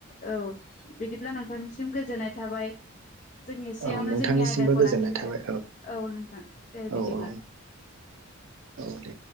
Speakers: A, on the left (about 35°); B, on the right (about 65°).
A: औ बिदि ब्ला नोंथांनिसिम गोजोननाय थाबाय। जों एसेयावनो
B: औ नोंथांनिसिमबो
A: जोंनि आयदाखौ
B: गोजोननाय
A: लाखिदो
B: थाबाय
A: औ नोंथां। दे
B: औ
A: बिदिब्ला
B: औ औ दे